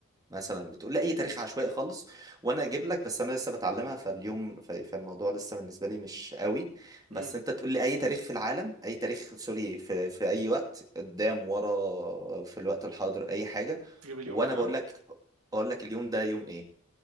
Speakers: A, on the right; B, on the right.
A: مثلا بتقول لي اي تاريخ عشوائي خالص وانا اجيب لك بس انا لسه بتعلمها فاليوم ف- فالموضوع لسه بالنسبه لي مش قوي بس
B: امم
A: انت تقول لي اي تاريخ في العالم اي تاريخ سوري في, في اي وقت قدام ورا في الوقت الحاضر اي حاجه
B: تجيب اليوم
A: وانا
B: بتاعه
A: بقول لك اقول لك اليوم ده يوم ايه